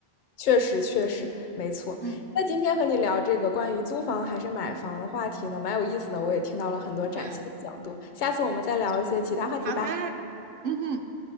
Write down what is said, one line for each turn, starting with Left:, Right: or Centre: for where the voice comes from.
Left: 确实，确实，没错。
Right: 嗯，
Left: 那今天和你聊这个关于租房还是买房的话题呢，蛮有意思的，我也听到了很多崭新的角度。
Right: 对，
Left: 下次我们再聊一些其他话题吧。
Right: 好的，嗯哼。